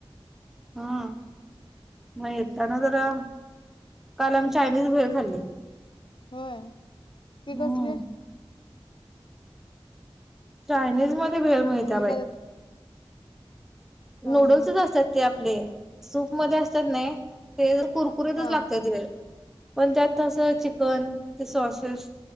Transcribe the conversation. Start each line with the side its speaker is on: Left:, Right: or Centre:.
Centre: हा म्हण त्याना जरा काल आम चायनीज भेळ खाल्ली
Left: होय. ते
Centre: हम्म.
Left: कसले
Centre: चायनीज म भेळ मिळता
Left: म्हणजे
Centre: बाई
Left: काय हं
Centre: नूडल्सच
Left: हं
Centre: असतात त्या ले सूप मध्ये असतात ने ते करकुरीतच
Left: हां
Centre: लागतय ते पण त्यात असं चिकन ते सॉसेस